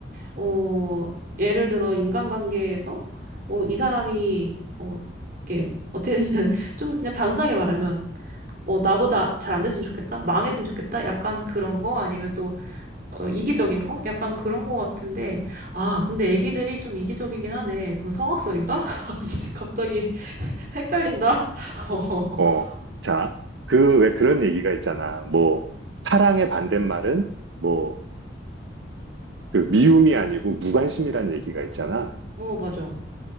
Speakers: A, on the right; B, on the right.
A: 어, 예를 들어 인간관계에서, 어, 이 사람이, 어, 이게, 어떻게, <laughs> 좀 그냥 단순하게 말하면, 어, 나보다 잘 안 됐으면 좋겠다? 망했으면 좋겠다? 약간 그런 거? 아니면 또, 어, 이기적인 거? 약간 그런 거 같은데, 아, 근데 애기들이 좀 이기적이긴 하네. 그럼 성악설인가? <laughs> 진짜 갑자기 <laughs> 헷갈린다. <laughs>
B: 어, 자, 그, 왜 그런 얘기가 있잖아. 뭐, 사랑의 반대말은, 뭐, 그 미움이 아니고 무관심이란 얘기가 있잖아.
A: 뭐, 맞아.